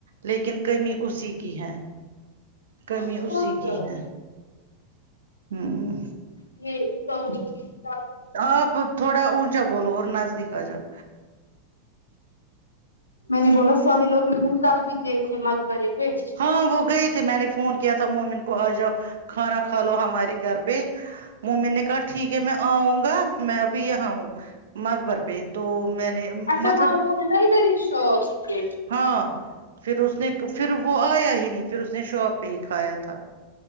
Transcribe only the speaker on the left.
کیا
جی <unintelligible>
میں نے بولا ساہی لوگ م کل بھی دیکھے مگبرے پج
اچھا
ہاں وہ ہے نا ادھر ہی شاپ پہ